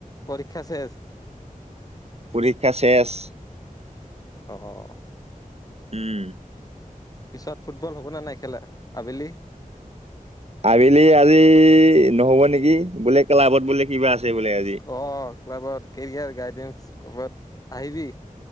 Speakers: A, on the left; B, on the right.
A: পৰীক্ষা শেষ?
B: পৰীক্ষা শেষ।
A: অ'।
B: উম।
A: পিছত ফুটবল হ'বনে নাই খেলা আবেলি?
B: আবেলি আজি নহ'ব নেকি, বোলে ক্লাবত বোলে কিবা আছে বোলে আজি।
A: অ', ক্লাবত কেৰিয়াৰ, গাইডেন্ঞ্চ ক'ৰবাত আহিবি।